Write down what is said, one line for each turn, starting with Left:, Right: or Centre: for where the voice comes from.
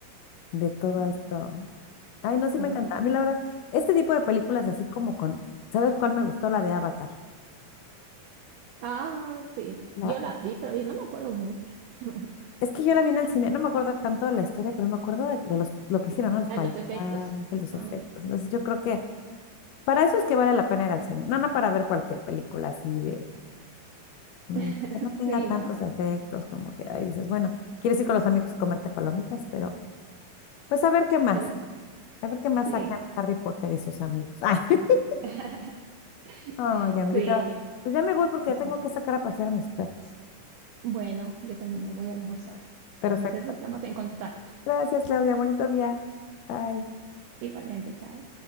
Left: de todo
Right: De,
Left: esto. Ay, no, sí
Right: de
Left: me encanta.
Right: todo.
Left: A mí la verdad, este tipo de películas así como con, ¿sabes cuál me gustó? La de Avatar.
Right: Ah, sí.
Left: La,
Right: Yo la vi, pero yo no me acuerdo mucho. <laughs>
Left: es que yo la vi en el cine, no me acuerdo tanto de la historia, pero me acuerdo de, de los, lo que hicieron, ¿no? Los
Right: Ah,
Left: paisajes,
Right: Los efectos.
Left: los
Right: Ah,
Left: efectos. Entonces yo creo que para eso es que vale la pena ir al cine, no, no para ver cualquier película así de, mm,
Right: <laughs>
Left: que no tenga
Right: sí,
Left: tantos
Right: ¿no?
Left: efectos, como que ahí dices, bueno, quieres ir con los amigos a comerte palomitas, pero pues a ver qué más.
Right: Pero
Left: A ver qué más
Right: sí.
Left: sacan Harry Potter y sus amigos. Ay, <laughs>
Right: <laughs>
Left: ay, amiguita.
Right: Sí.
Left: Pues ya me voy porque
Right: mm,
Left: ya tengo
Right: mm,
Left: que sacar a pasear a mis perros.
Right: Bueno, yo también me voy a almorzar.
Left: Perfecto.
Right: Entonces estamos en contacto.
Left: Gracias, Claudia. Bonito día. Bye.
Right: Igualmente, chao.